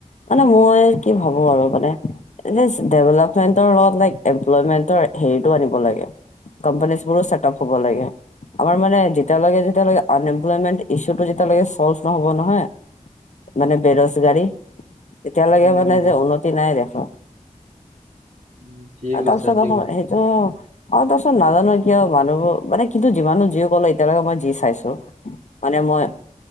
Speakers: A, on the left; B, on the right.
A: মানে মই কি ভাবো আৰু মানে। এনে ই ডেভেলপমেন্টৰ লগত ল এমপ্লয়মেন্টৰ হেৰিতটো আনিব লাগে। কম্পানীজ বোৰো চেটআপ হ'ব লাগে। আমাৰ মানে যেতিয়ালৈকে যেতিয়ালেকে আনএমপ্লয়মেণ্ট ইছুটো যেতিয়াকে চল্ভ নহব নহয় মানে বেৰজগাৰী। এতিয়ালৈকে
B: উম
A: মানে
B: উম
A: যে উন্নতি নাই দেশৰ
B: উম ঠিক
A: আও তাৰপিছত
B: আছে ঠিক
A: আ ত অ তাচোন নাজানো কিয় মানুহবোৰ মানে কিন্তু যিমানো যি কলে এতিয়ালৈকে মই যি চাইছো। মানে মই,